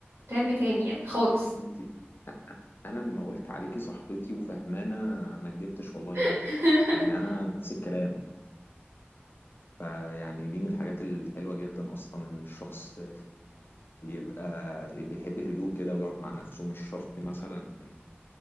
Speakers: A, on the right; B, on the left.
A: تام تام يعني خالص
B: انت انا لما قلت عليكي صاحبتي وفهمانة ما كدبتش والله
A: <laughs>
B: بجد يعني انا نفس الكلام فيعني دي من الحاجات الحلوة جدا اصلا ان الشخص يبقى بيحب الهدوء كده ويقعد مع نفسه مش شرط مثلا